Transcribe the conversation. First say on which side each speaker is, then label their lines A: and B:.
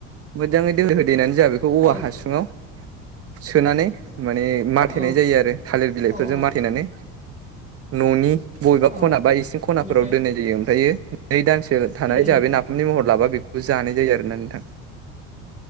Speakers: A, on the right; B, on the right.
A: मोजाङै दोखो दोखो देनानै जाहा बेखौ
B: औ
A: औवा
B: औ
A: हासुङाव सोनानै माने माथेनाय
B: औ
A: जायो आरो थालिर बिलाइफोरजों
B: औ
A: माथेनानै न'नि बबेबा खना
B: औ
A: बा इसिं खनाफोराव
B: बेनिफ्राय बबेबा
A: दोननाय जायो ओमफ्रायो नै दानसो थानाय
B: उम उम
A: जाबाय नाफामनि महर लाबा बेखौ जानाय जायो आरोना नोंथाङा